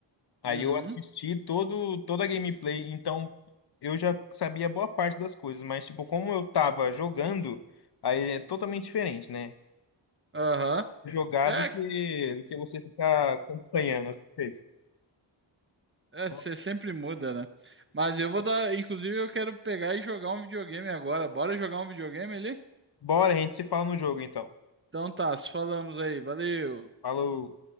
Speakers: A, on the left (about 55°); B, on the right (about 25°).
A: Aí
B: Uhum.
A: eu assisti todo toda a gameplay, então eu já sabia boa parte das coisas, mas tipo, como eu tava jogando, aí é totalmente diferente, né?
B: Aham.
A: Jogar
B: É,
A: do que do que você ficar acompanhando as coisas.
B: é,
A: Nossa,
B: você sempre muda, né? Mas eu vou dar. Inclusive, eu quero pegar e jogar um videogame agora. Bora jogar um videogame ali?
A: Bora, a gente se fala no jogo então.
B: Então tá, se falamos aí. Valeu.
A: Falou.